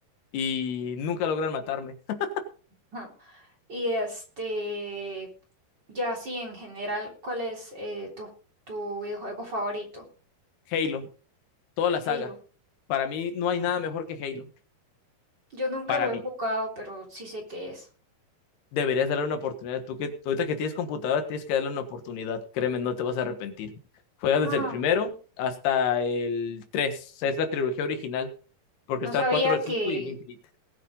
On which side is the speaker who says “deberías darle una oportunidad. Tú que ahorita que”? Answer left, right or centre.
Left